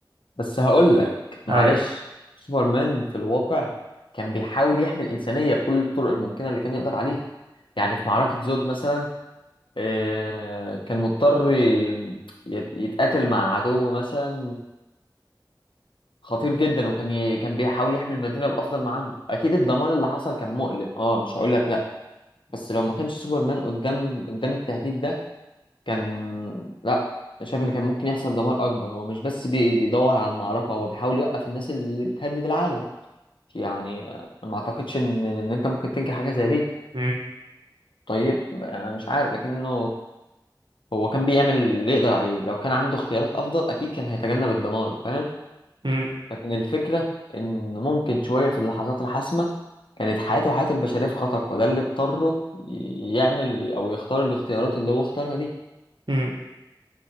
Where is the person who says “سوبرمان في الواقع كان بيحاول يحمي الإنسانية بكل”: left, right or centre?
Left